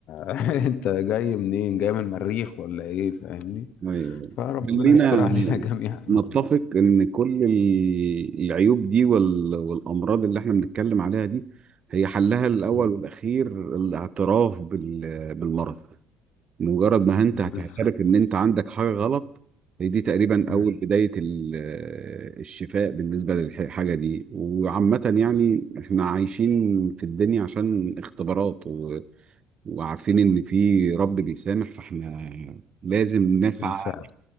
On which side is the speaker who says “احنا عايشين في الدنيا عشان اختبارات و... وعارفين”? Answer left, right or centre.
Right